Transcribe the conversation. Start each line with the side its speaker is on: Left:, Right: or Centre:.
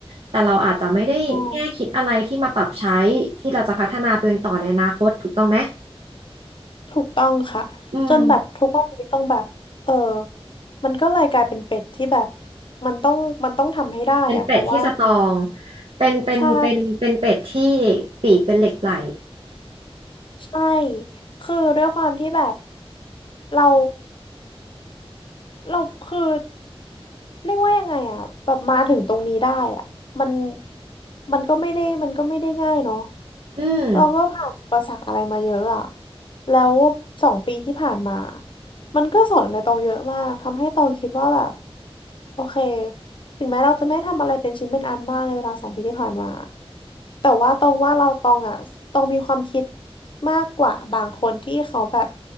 Right: แต่เราอาจจะไม่ได้แง่คิดอะไรที่มาปรับใช้ที่เราจะพัฒนาตัวเองต่อในอนาคตถูกต้องไหม
Left: ใช่ถูกต้องค่ะจนแบบทุกวันนี้ต้องแบบเออ
Right: อืม
Left: มันก็เลยกลายเป็นเป็ดที่แบบมันต้องมันต้องทำให้ได้อะเพราะว่า
Right: เป็นเป็ดที่สตรองเป็นเป็นเป็นเป็นเป็ดที่
Left: ใช่
Right: ปีกเป็นเหล็กไหล
Left: ใช่ คือด้วยความที่แบบเราเราคือเรียกว่ายังไงอะแบบมาถึงตรงนี้ได้อะมันมันก็ไม่ได้มันก็ไม่ได้ง่ายเนาะ
Right: อืม
Left: เราก็ผ่านอุประสักอะไรมาเยอะอะแล้วสองปีที่ผ่านมา มันก็สอนอะไรตองเยอะมากทำให้ตองคิดว่าแบบโอเคถึงแม้เราจะไม่ทำอะไรเป็นชิ้นเป็นอันมากในเวลาสองปีที่ผ่านมาแต่ว่าตองว่าเราตองอ่ะตองมีความคิดมากกว่าบางคนที่เขาแบบ